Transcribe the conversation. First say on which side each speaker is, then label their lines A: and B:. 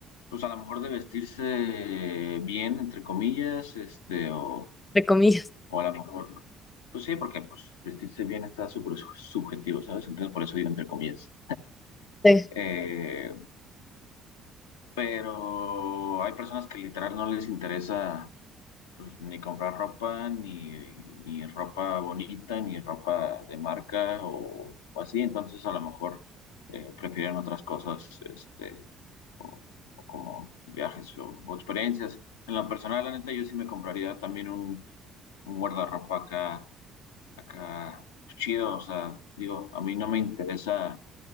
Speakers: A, on the left (about 85°); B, on the left (about 25°).
A: pues a lo mejor de vestirse bien, entre comillas, este, o,
B: Entre comillas.
A: o a lo mejor, pues sí, porque pues vestirse bien está súper su- subjetivo, ¿sabes? Entonces por eso digo entre comillas.
B: Sí,
A: Eh, pero hay personas que literal no les interesa pues ni comprar ropa, ni, ni ropa bonita, ni ropa de marca o, o así, entonces a lo mejor eh, prefieren otras cosas, este, o, o como viajes o, o experiencias. En lo personal, la neta, yo sí me compraría también un, un guardarropa acá, acá pues, chido, o sea, digo, a mí no me interesa,